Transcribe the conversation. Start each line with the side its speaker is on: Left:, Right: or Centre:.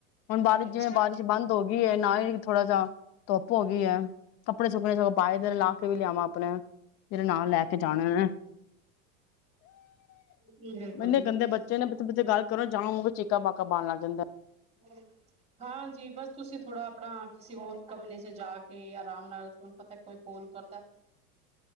Left: ਹੁਣ ਬਾਰਿਸ਼
Right: ਅੱਛਾ
Left: ਜਿਵੇਂ ਬਾਰਿਸ਼ ਬੰਦ ਹੋ ਗਈ ਏ, ਨਾ ਹੀ ਥੋੜਾ ਜਾ ਧੁੱਪ ਹੋ ਗਈ ਐ ਕੱਪੜੇ ਸੁੱਕਣੇ ਸਗੋਂ ਪਾਏ ਦੇ, ਲਾਹ ਕੇ ਵੀ ਲਿਆਵਾਂ ਆਪਣੇ। ਜਿਹੜੇ ਨਾਲ ਲੈ ਕੇ ਜਾਣੇ ਨੇ।
Right: ਜੀ ਬਿਲਕੁਲ-ਬਿਲਕੁਲ।
Left: ਇੰਨੇ ਗੰਦੇ ਬੱਚੇ ਨੇ ਪੱਥੇ ਪਥੇ ਗੱਲ ਕਰੋ ਜਾਊਂ, ਓਹ ਚੀਕਾ ਬਾਕਾ ਪਾਣ ਲੱਗ ਜਾਂਦੇ ਨੇ।
Right: ਹੂੰ। ਹਾਂਜੀ, ਬਸ ਤੁਸੀਂ ਥੋੜਾ ਆਪਣਾ ਕਿਸੇ ਹੋਰ ਕਮਰੇ ਚ ਜਾ ਕੇ ਆਰਾਮ ਨਾਲ ਤੁਹਾਨੂੰ ਪਤਾ ਕੋਈ ਫੋਨ ਕਰਦਾ,